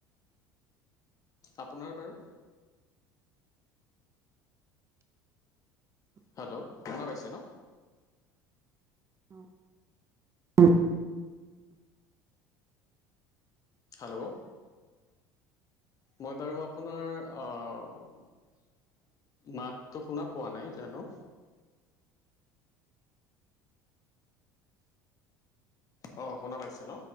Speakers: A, on the right; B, on the left.
A: <inaudible>
B: আপোনাৰ বাৰু হেল্ল' শুনা পাইছে ন।
A: হয়।
B: হেল্ল' মই বাৰু আপোনাৰ অ <unintelligible> মাতটো শুনা পোৱা নাই জানো।
A: <inaudible>
B: অ শুনা পাইছে ন?